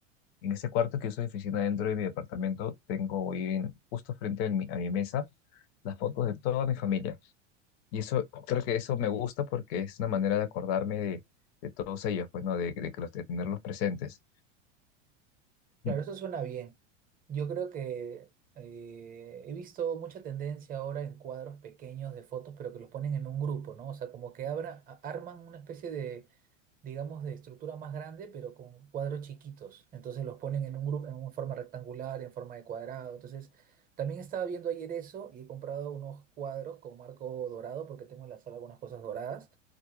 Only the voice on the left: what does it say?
En ese cuarto que uso de oficina dentro de mi departamento, tengo ahí en- justo frente a mi, a mi mesa las fotos de toda mi familia. Y eso, creo que eso me gusta porque es una manera de acordarme de, de todos ellos, pues, ¿no? De, de que los, de tenerlos presentes.
Mm.